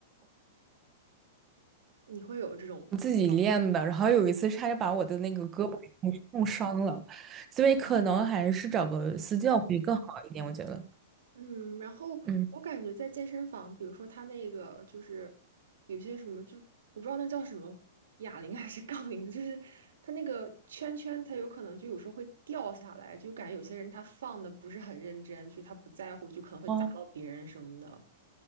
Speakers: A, on the right; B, on the right.
A: 你会有这种这方面的问题？
B: 自己练的，然后有一次差点把我的那个胳膊给弄弄伤了，所以可能还是找个私教会更好一点，
A: 天
B: 我觉得。
A: 嗯，然后我感觉在健身房，
B: 嗯，
A: 比如说他那个就是有些什么，就我不知道那叫什么哑铃 <laughs> 还是杠铃的，就是他那个圈圈，他有可能就有时候会掉下来，就感觉有些人他放的不是很认真，就是他不在乎，就可能会砸到别人什么的。
B: 哦，